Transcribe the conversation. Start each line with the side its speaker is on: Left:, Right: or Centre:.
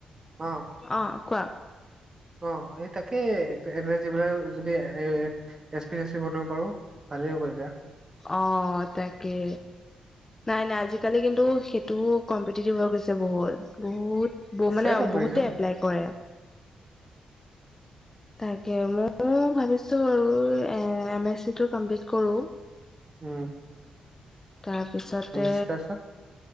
Right: অ
Left: অ কোৱা
Right: অ এই তাকে এড্ৰেছ দি পেলাই যদি A S P S P বনিব পাৰো ভালে হ'ব তেতিয়া
Left: অ তাকে নাই নাই আজিকালি কিন্তু সেইটোও কম্পিটিটিভ হৈ গৈছে বহুত বহুত ব
Right: আছে
Left: মানে
Right: কম্পিটিচন
Left: বহুতে এপ্লাই কৰে তাকে ময়ো ভাবিছো আৰু এ এম এ চি টো কমপ্লিট কৰো
Right: উম
Left: তাৰপিছতে
Right: এম এছ চি তাৰপিছত